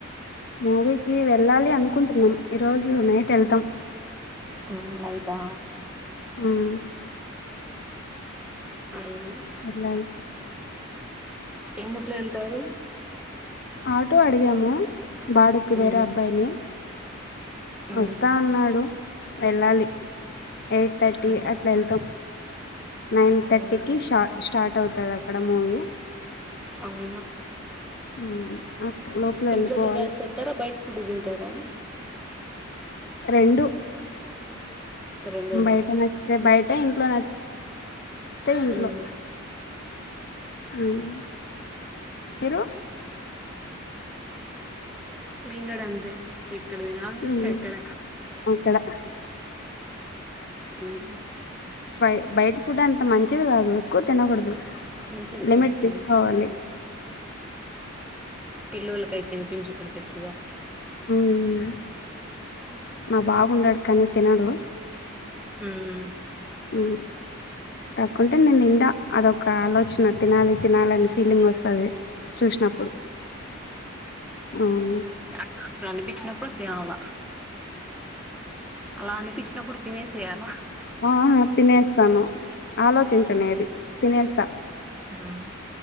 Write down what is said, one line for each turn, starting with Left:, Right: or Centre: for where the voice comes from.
Left: మువీకి వెళ్ళాలి అనుకుంటున్నాం ఈ రోజు నైట్ ఎళ్తాం
Centre: ఉమ్మ్ నైటా
Left: మ్మ్
Centre: అవునా
Left: వెళ్లాలి
Centre: ఏముట్లో వెళ్తారు
Left: ఆటో అడిగాము బాడుకి
Centre: ఉమ్
Left: వేరే అబ్బాయిని
Centre: ఉమ్
Left: వస్తా అన్నాడు వెళ్ళాలి ఎయిట్ థర్టీ
Centre: ఉమ్
Left: అట్లేళ్తాం నైన్
Centre: ఉమ్
Left: థర్టీకి స్టా స్టార్ట్ అవుతది అక్కడ మూవీ
Centre: అవునా
Left: ఉమ్ లోపల వెళ్ళిపోవాలి
Centre: ఇంట్లో తినేసి ఎళ్తారా బయట ఫుడ్ తింటారా
Left: రెండు
Centre: రెండునా
Left: బయట నచ్చతే బయట ఇంట్లో నచ్చితే ఇంట్లో
Centre: ఉమ్
Left: ఉమ్మ్ మీరు
Centre: మెంకూడా అంతే ఎక్కడ తినాలి అనిపిస్తే
Left: ఉమ్
Centre: అక్కడ
Left: అక్కడ
Centre: ఉమ్మ్
Left: ఫై బయట ఫుడ్ అంత మంచిది కాదు ఎక్కువ తినకూడదు
Centre: మంచి
Left: లిమిట్
Centre: ఉమ్
Left: తీసుకోవాలి
Centre: పిల్లోలకై తినిపించకూడదు ఎక్కువ
Left: ఉమ్మ్ మాబాబు ఉండాడు కానీ తినడు
Centre: ఉమ్మ్
Left: ఉమ్మ్ కాకుంటే నేను తింటా అదొక ఆలోచన తినాలి తినాలని ఫీలింగ్ వ స్తాది చూసినప్పుడు ఉమ్మ్
Centre: అ అట్లా అనిపించినప్పుడు తినాల అలా అనిపించినప్పుడు తినేసేయాలా
Left: ఆ తినేస్తాను ఆలోచించనేది
Centre: ఉమ్
Left: తినేస్తా
Centre: ఉమ్